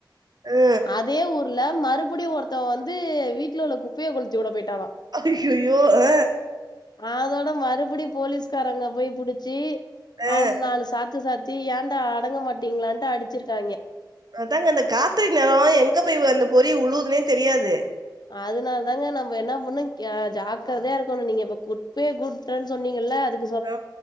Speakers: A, on the right; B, on the left.
A: ஆ
B: அ தே ஊர்ல மறுபுடியு ஒருத்தவ வந்து வீட்ல உள்ள குப்பைய கொளுத்தியுட போய்ட்டானா
A: அய்யய்யோ அ
B: அதோட மறுபடி போலீஸ்காரங்க போய் புடிச்சி
A: ஆ
B: அவன நாலு சாத்து சாத்தி ஏண்டா அடங்க மாட்டிங்களான்ட்டு அடிச்சிருக்காங்க
A: அதாங்க அந்த காத்தடி நேர எங்க போய் அந்த பொறி உழுவுதுனே தெரியாது
B: அதுனால தாங்க நம்ப என்ன பண்ணு அ ஜாக்கரதையா இருக்கணு நீங்க இப்ப குப்பைய கூட்றன் சொன்னிங்கல்ல அதுக்
A: அ